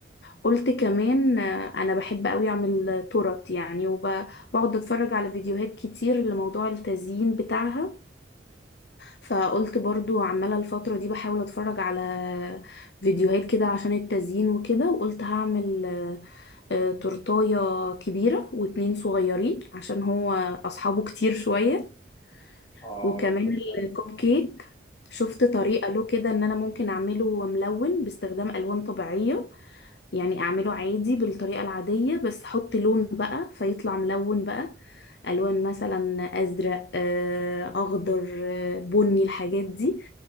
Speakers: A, on the left; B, on the left.
A: قلت كمان آه، انا بحب قوي اعمل تورت يعني وبقعد اتفرج على فيديوهات كتير لموضوع التزيين بتاعها فقلت برضو عمالة الفترة دي بحاول اتفرج على فيديوهات كده عشان التزيين وكده وقلت هعمل آه، آه، تورتاية كبيرة واتنين صغيرين عشان هو أصحابه كتير شوية
B: آه،
A: وكمان
B: ربنا يسلمك
A: الكوب كيك شفت طريقة له كده ان انا ممكن اعمله ملون باستخدام الوان طبيعية يعني اعمله عادي بالطريقة العادية بس احط لون بقى فيطلع ملون بقى الوان مثلا ازرق آه، اخضر آه، بني الحاجات دي